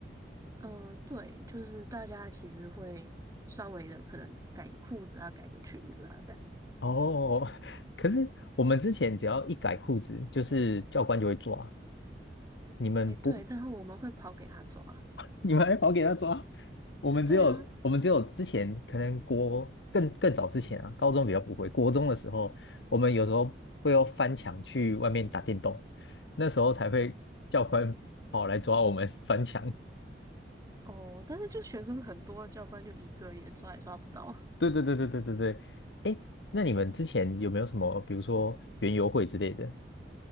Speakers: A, on the right (about 20°); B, on the left (about 75°).
A: 嗯、对，就是大家其实会稍微的可能改个裤子啊，改个裙子啊，这样。
B: 哦，<laughs> 可是我们之前只要一改裤子，就是教官就会抓。你们不，
A: 哎，对，然后我们会跑给他抓。
B: <laughs> 你们还跑给他抓？
A: <laughs>
B: 我们只有，
A: 对啊，
B: 我们只有之前可能国更更早之前啊，高中比较不会，国中的时候，我们有时候会要翻墙去外面打电动，那时候才会教官跑来抓我们 <laughs> 翻墙。
A: 哦，但是就学生很多，教官就一个也抓也抓不到。
B: 对对对对对对对，哎，那你们之前有没有什么，比如说园游会之类的？